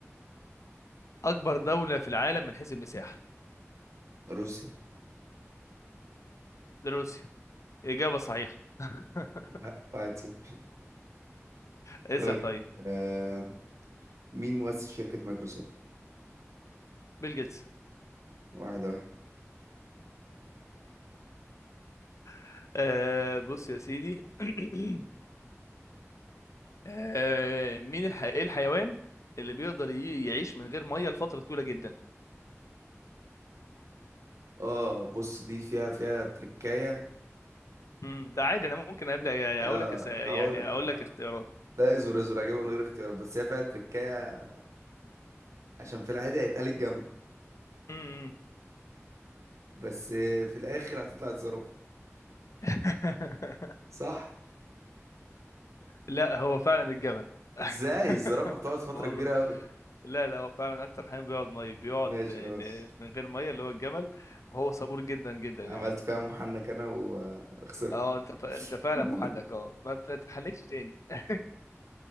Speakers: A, on the left; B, on the right.
A: اكبر دولة في العالم من حيث المساحة
B: روسيا
A: روسيا اجابة صحيحة <laughs>
B: وه- واحد صفر
A: اسأل
B: طيب
A: طيب
B: آم، مين مؤسس شركة مايكروسوفت
A: بيل جيتس
B: واحد واحد
A: <laughs> آه... بص يا سيدي <clears throat> آه... مين الح... إيه الحيوان اللي بيقدر ي... يعيش من غير مية لفترة طويلة جدا
B: اه بص دي فيها فيها تركاية
A: امم ده عادي انا ممكن قبل اقول
B: اه
A: لك أس... يعني
B: هقول ه-
A: اقول لك اختيارات
B: لا ازور ازور هجيبها من غير اختيارات بس هي فيها تركاية عشان في العادي هيتقال الجمل
A: امم
B: بس في الاخر هتطلع الزرافة
A: <laughs>
B: صح
A: لا هو فعلا الجمل
B: ازاي
A: <laughs>
B: الزرافة بتقعد فترة
A: والله
B: كبيرة أوي
A: لا لا هو فعلا اكتر حيوان بيقعد ميه بيقعد
B: ماشي
A: آه،
B: خلاص
A: ل- من غير ميه اللي هو الجمل وهو صبور جدا جدا
B: عملت
A: يعني
B: فيها محنك أنا وخسرت
A: اه انت ف... انت فعلا
B: <laughs>
A: محنك اه ما ت- تتحنكش تاني <laughs>